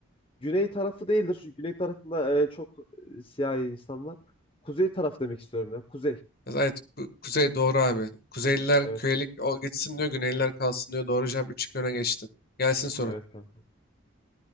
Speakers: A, on the left; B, on the left.
A: güney tarafı değildir. Çünkü güney tarafında e, çok e, siyahi insan var. Kuzey taraf demek istiyorum ya. Kuzey.
B: Evet, ku- Kuzey doğru abi. Kuzeyliler
A: Evet.
B: köylük o gitsin diyor, Güneyliler kalsın diyor. Doğru cevap 3-2 öne geçtin. Gelsin sorun.
A: Evet kankam.